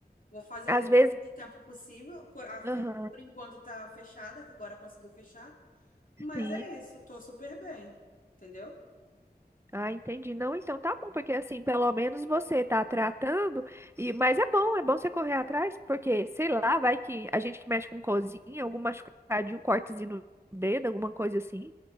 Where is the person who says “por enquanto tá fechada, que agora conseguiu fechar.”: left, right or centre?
Left